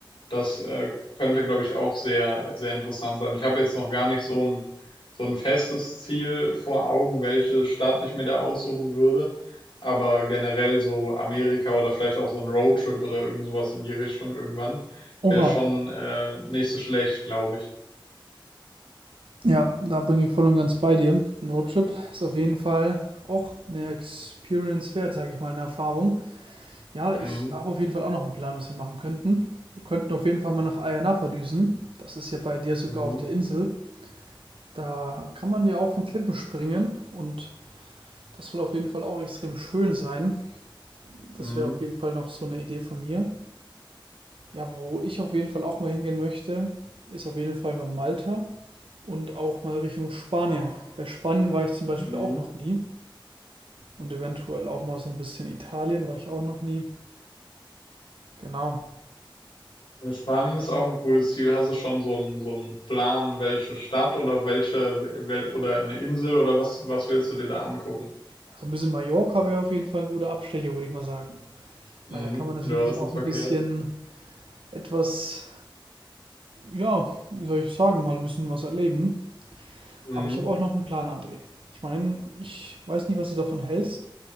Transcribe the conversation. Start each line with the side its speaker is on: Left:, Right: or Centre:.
Left: Das äh, könnte, glaube ich, auch sehr, sehr interessant sein. Ich habe jetzt noch gar nicht so ein, so ein festes Ziel vor Augen, welche Stadt ich mir da aussuchen würde. Aber generell so Amerika oder vielleicht auch so ein Roadtrip oder irgend sowas in die Richtung irgendwann wäre
Right: Oha,
Left: schon äh, nicht so schlecht, glaube ich.
Right: ja, da bin ich voll und ganz bei dir. Ein Roadtrip ist auf jeden Fall auch eine Experience wert, sage ich mal, eine Erfahrung. Ja, ich
Left: Mhm.
Right: habe auf jeden Fall auch noch einen Plan, was wir machen könnten. Wir könnten auf jeden Fall mal nach Ayanapa düsen. Das ist ja bei dir sogar
Left: Mhm.
Right: auf der Insel. Da kann man ja auch von Klippen springen und das soll auf jeden Fall auch extrem schön sein. Das
Left: Mhm.
Right: wäre auf jeden Fall noch so eine Idee von mir. Ja, wo ich auf jeden Fall auch mal hingehen möchte, ist auf jeden Fall bei Malta und auch mal Richtung Spanien. Bei Spanien war ich zum Beispiel
Left: Mhm.
Right: auch noch nie und eventuell auch mal so ein bisschen Italien war ich auch noch nie. Genau.
Left: Ja, Spanien ist auch ein cooles Ziel. Hast du schon so einen, so einen Plan, welche Stadt oder welche, wel oder eine Insel oder was, was willst du dir da angucken?
Right: Also ein bisschen Mallorca wäre auf jeden Fall ein guter Abstecher, würde ich mal sagen. Ich
Left: Mhm.
Right: meine, da kann man natürlich
Left: Ja, ist
Right: auch
Left: nicht verkehrt.
Right: ein bisschen etwas, ja, wie soll ich sagen, mal ein bisschen was erleben.
Left: Mhm.
Right: Aber ich habe auch noch einen Plan, André. Ich meine, ich weiß nicht, was du davon hältst.